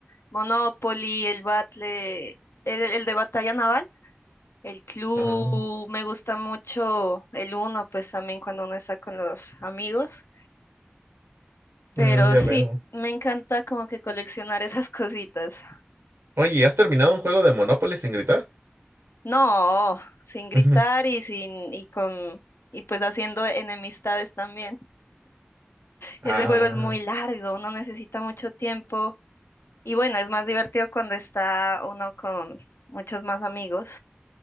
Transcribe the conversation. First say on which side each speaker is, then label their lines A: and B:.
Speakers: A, on the left (about 80°); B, on the right (about 80°).
A: Monopoly, el Battle, el, el de batalla naval, el Clue,
B: Ah,
A: me gusta mucho el Uno, pues también cuando uno está con los amigos, pero
B: mm, ya
A: sí,
B: veo.
A: me encanta como que coleccionar esas <laughs> cositas.
B: Oye, ¿y ¿has terminado un juego de Monopoly sin gritar?
A: No, sin gritar
B: Ujú.
A: y sin, y con, y pues haciendo enemistades también. Ese
B: Ah,
A: juego es muy largo, uno necesita mucho tiempo. Y bueno, es más divertido cuando está uno con muchos más amigos.